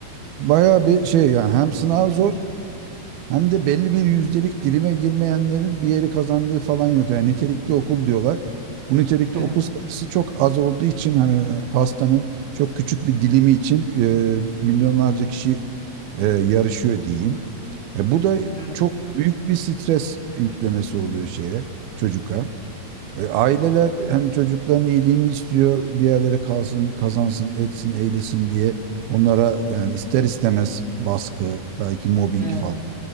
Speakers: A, on the right (about 75°); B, on the right (about 40°).
A: bayağı bir şey yani hem sınav zor hem de belli bir yüzdelik dilime girmeyenlerin bir yeri kazandığı falan yok. Yani nitelikli okul diyorlar. Bu nitelikli
B: Evet.
A: okul sayısı çok az olduğu için hani e, pastanın çok küçük bir dilimi için e, milyonlarca kişi e, yarışıyor diyeyim. E, bu da
B: Evet.
A: çok büyük bir stres yüklemesi oluyor şeye, çocuğa. E, aileler hani çocukların iyiliğini istiyor, bir yerlere kalsın, kazansın, etsin, eylesin diye onlara yani ister istemez baskı, belki mobbing
B: Evet.
A: falan